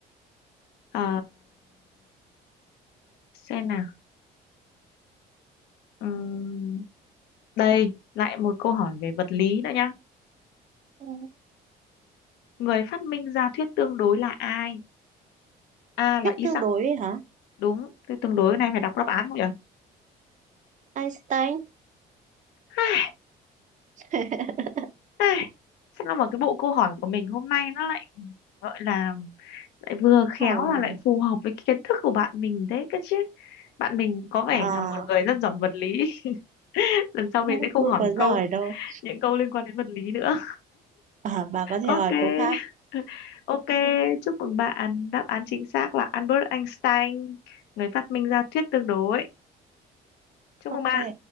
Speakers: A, on the left; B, on the right.
A: Ờ, xem nào. Ừm, đây, lại một câu hỏi về vật lý nữa nhá.
B: Ừ.
A: Người phát minh ra thuyết tương đối là ai? A là
B: thuyết
A: Isaac,
B: tương đối ấy hả
A: đúng. Thuyết tương đối này phải đọc đáp án không nhỉ?
B: Einstein
A: Ai,
B: <laughs>
A: ai, Sao mà cái bộ câu hỏi của mình hôm nay nó lại gọi là lại vừa khéo
B: hỏi
A: mà
B: là
A: lại phù hợp với cái kiến thức của bạn mình đấy cơ chứ. Bạn mình có vẻ
B: à
A: là một người rất giỏi vật lý. <laughs> Lần sau mình
B: không
A: sẽ không
B: tôi
A: hỏi
B: có
A: câu
B: giỏi đâu
A: những câu liên quan đến vật lý nữa.
B: à, à, bà có thể
A: Ok.
B: hỏi cô khác
A: <laughs> Ok, chúc mừng bạn. Đáp án chính xác là Albert Einstein, người phát minh ra thuyết tương đối. Chúc
B: ok
A: mừng bạn.